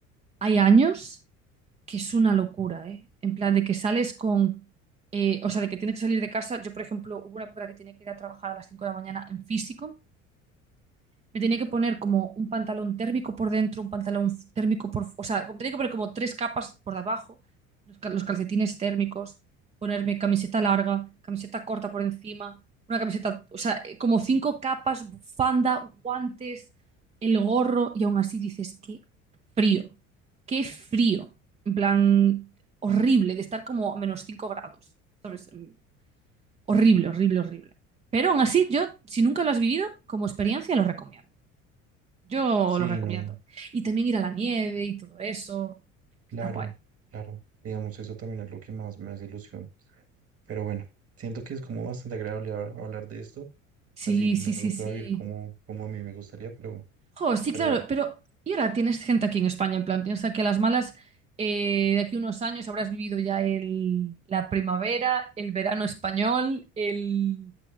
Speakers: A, on the right; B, on the right.
A: Hay años que es una locura, ¿eh? En plan de que sales con, eh, o sea, de que tienes que salir de casa. Yo, por ejemplo, hubo una época en la que tenía que ir a trabajar a las 5 de la mañana en físico. Me tenía que poner como un pantalón térmico por dentro, un pantalón f- térmico por... fu- O sea, tenía que poner como tres capas por debajo, los, cal- los calcetines térmicos, ponerme camiseta larga, camiseta corta por encima, una camiseta... O sea, eh, como cinco capas, bufanda, guantes, el gorro, y aún así dices, qué frío, qué frío. En plan, horrible, de estar como a menos cinco grados, ¿sabes? Mm, Horrible, horrible, horrible. Pero aún así, yo, si nunca lo has vivido, como experiencia lo recomiendo. Yo
B: Sí,
A: lo recomiendo.
B: no,
A: Y también ir a la nieve y todo eso.
B: claro,
A: Está guay.
B: claro, digamos, eso también es lo que más me hace ilusión Pero bueno, siento que es como bastante agradable hab- hablar de esto.
A: Sí,
B: Así no
A: sí, sí,
B: lo
A: sí.
B: puedo vivir como, como a mí me gustaría, pero,
A: Jo, sí,
B: pero
A: claro,
B: bueno,
A: pero ¿y ahora tienes gente aquí en España? En plan, piensa que a las malas, eh, de aquí a unos años habrás vivido ya el, la primavera, el verano español, el,